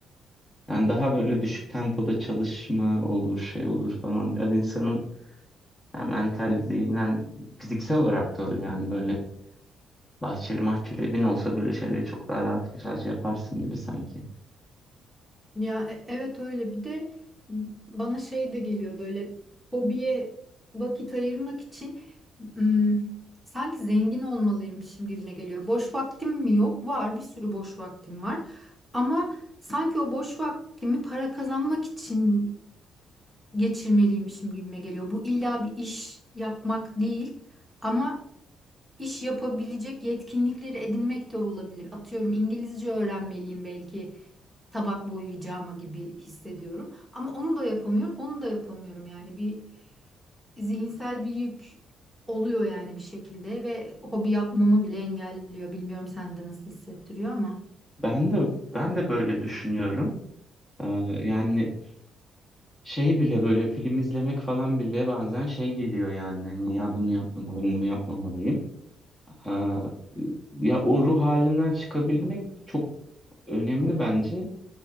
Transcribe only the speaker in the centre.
Ya e- evet öyle bir de bana şey de geliyor böyle hobiye vakit ayırmak için ım, sanki zengin olmalıymışım gibime geliyor. Boş vaktim mi yok? Var bir sürü boş vaktim var ama sanki o boş vaktimi para kazanmak için geçirmeliymişim gibime geliyor. Bu illa bir iş yapmak değil ama iş yapabilecek yetkinlikleri edinmek de olabilir. Atıyorum İngilizce öğrenmeliyim belki tabak boyayacağıma gibi hissediyorum. Ama onu da yapamıyorum, onu da yapamıyorum. Yani bir zihinsel bir yük oluyor yani bir şekilde ve hobi yapmamı bile engelliyor. Bilmiyorum sende nasıl hissettiriyor ama.